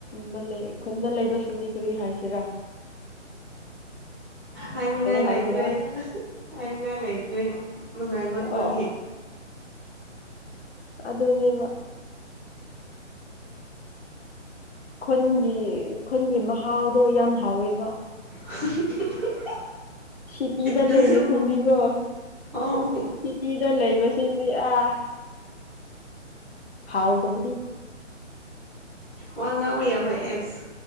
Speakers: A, on the left; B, in the centre.
A: ꯟꯕ ꯂꯩ ꯈꯨꯟꯗ ꯂꯩꯕꯁꯤꯡꯗꯤ ꯀꯔꯤ ꯍꯥꯏꯁꯤꯦ ꯁꯤꯔ
B: ꯍꯥꯏꯅꯤꯡꯉꯥꯏ
A: ꯍꯥꯏꯒꯦꯔꯥ
B: ꯂꯩꯇ꯭ꯔꯦ ꯍꯥꯏꯅꯤꯡꯉꯥꯏ ꯂꯩꯇ꯭ꯔꯦ ꯅꯨꯡꯉꯥꯏꯃꯟꯕꯒꯤ
A: ꯑꯣ ꯑꯗꯅꯦꯕ ꯈꯨꯟꯒꯤ ꯈꯨꯟꯒꯤ ꯃꯍꯥꯎꯗꯣ ꯌꯥꯝ ꯍꯥꯎꯋꯦꯕ
B: <unintelligible>
A: ꯁꯤꯇꯤꯗ
B: ꯅꯪꯁꯨ
A: ꯂꯩꯕꯁꯤꯡꯗꯤꯀꯣ
B: ꯑꯧ
A: ꯁꯤꯇꯤꯗ ꯂꯩꯕꯁꯤꯡꯗꯤ ꯑꯥ ꯍꯥꯎ ꯇꯕꯗꯤ
B: ꯋꯥ ꯉꯥꯡ ꯃꯩꯌꯥꯚꯥꯏ ꯑꯦꯁ